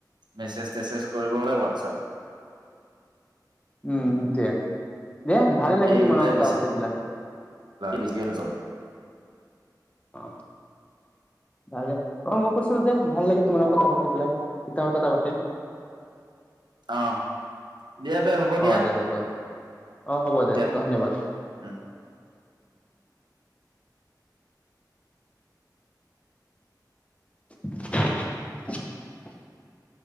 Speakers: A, on the right; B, on the left.
A: মেছেজ তেছেজ কৰিব হ'লে হোৱাটছাপ।
B: উম সেটোৱে। দে ভালে লাগিল
A: এই
B: তোমাৰ
A: দুটাই
B: কথা
A: বেছি
B: পাতি পেলাই।
A: বেছিকে নচলাব
B: অ, ভাল এ। অ মই কৈছিলো যে ভাল লাগিল‌ তোমাৰ লগত কথা পাতি। <unintelligible> কথা পাতিম।
A: অহ দিয়া তে হ'ব দিয়া।
B: অ দে হ'ব দে অ' হ'ব দে
A: দিয়া
B: ধন্যবাদ।
A: উম
B: <inaudible>